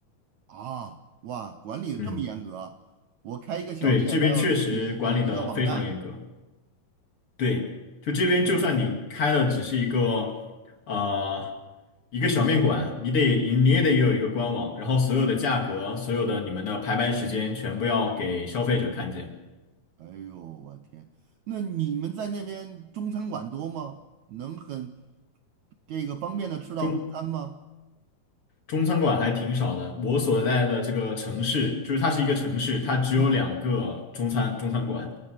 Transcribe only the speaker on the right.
啊，哇，管理的这么严格，
我开一个小店还要自己有一个网站
啊，
哎呦，我天，那你们在那边中餐馆多吗？能很这个方便的吃到中餐吗？
嗯，